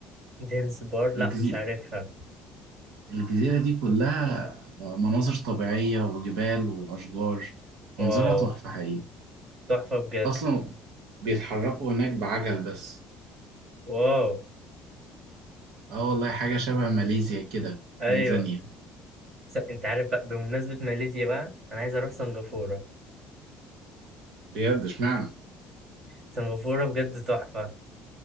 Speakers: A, on the right; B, on the right.
A: دينس بار لا
B: الجزي...
A: مش عارفها
B: الجزيرة دي كلها آه، مناظر طبيعية وجبال واشجار منظرها
A: واو
B: تحفة حقيقي
A: تحفة بجد
B: اصلا بيتحركوا هناك بعجل بس
A: واو
B: اه والله حاجة شبه ماليزيا كده
A: ايوه
B: تنزانيا
A: س... انت عارف بقى بمناسبة ماليزيا بقى انا عايز اروح سنغافورة
B: بجد اشمعنى
A: سنغافورة بجد تحفة